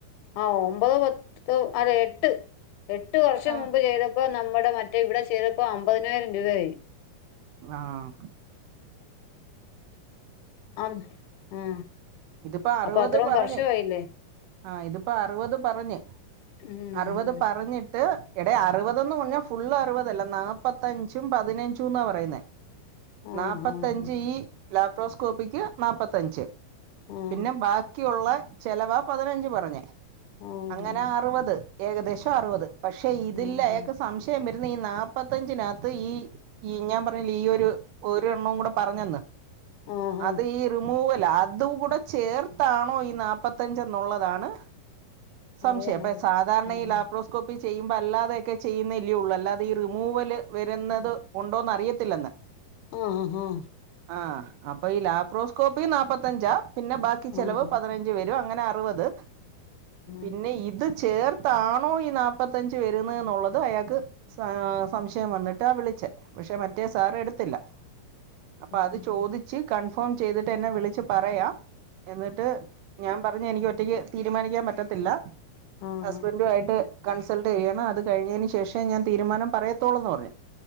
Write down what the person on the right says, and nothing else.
ആ
ആഹ്
ഇത്പ്പ അറുപത്
പറഞ്ഞ്
ആഹ് ഇത്പ്പ അറ്പത് പറഞ്ഞ്.
അറ്പത് പറഞ് ട്ട് എടെ അറ്പതന്ന് പറഞ്ഞാ ഫുള്ള് അറുപതല്ല. നാല്പ്പത്തഞ്ചും പതിനഞ്ചും എന്നാ പറയുന്നേ
നാപ്പത്തഞ്ച്
ഈ ലാപ്രോസ് കോപ്പിക്ക് നാപ്പത്തഞ്ച്
പിന്നെ ബാക്കിയുള്ളെ ചെലവ് പതിനഞ്ച് പറഞ്ഞേ
അങ്ങനെ അറുപത് ഏകദേശം അറുപത് പക്ഷെ ഇതിൽ
അയാൾക്ക് സംശയം <unintelligible> ഈ നാല്പ്പത്തഞ്ചിനകത്ത് ഈ ഈ ഞാൻ പറഞ്ഞില്ലെ ഈ ഒരു ഒരെണ്ണവും കൂടെ പറഞ്ഞന്ന്.
അത്
ഈ റിമൂവൽ ല അതും കൂടെ ചേർത്താണോ ഈ നാൽപതഞ്ച് എന്നുള്ളതാണ് സംശയം
അപ്പൊ സാധാരണ
ഈ ലാപ്രോസ്കോപി ചെയ്യുമ്പ അല്ലാതെയൊക്കെ ചെയ്യുന്നല്ല്യേയുള്ളൂ അല്ലാതെ ഈ റിമൂവല് വരുന്നത് ഉണ്ടോന്ന് അറിയത്തില്ലെന്ന്.
ആ അപ്പൊ ഈ ലാപ്രോസ്കോപ്പി നാപ്പത്തഞ്ചാ പിന്നെ ബാക്കി
ചെലവ് പതിനഞ്ച് വ <unintelligible> അങ്ങനെ അറുപത് പിന്നെ
ഇത് ചേർത്താണോ ഈ നാപ്പത്തഞ്ച് വരുന്നത് ന്നുള്ളത് അയാൾക്ക് സാ സംശയം വന്നിട്ട് ആ വിളി ച്ച് പക്ഷെ മറ്റേ സാർ എടുത്തില്ല അപ്പൊ
അത് ചോദി കൺഫോം ചെയ്തിട്ട് എന്നെ വിളിച്ച് പറയാം എന്നിട്ട് ഞാൻ പറഞ്ഞു എനിക്ക് ഒറ്റക് തീരുമാനിക്കാൻ പറ്റത്തില്ല.
ഹസ്ബൻറു ആയിട്ട് കൺസൾട്ട് ചെയ്യണം. അത് കഴിഞ്ഞതിന് ശേഷം ഞാൻ തീരുമാനം പറയത്തോള്ളൂ എന്ന് പറഞ്ഞു.